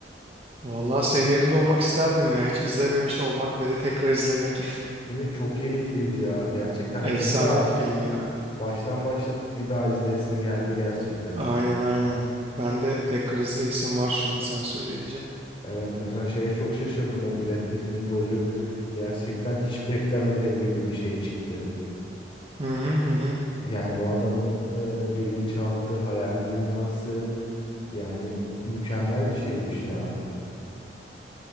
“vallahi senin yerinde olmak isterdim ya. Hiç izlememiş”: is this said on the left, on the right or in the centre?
Right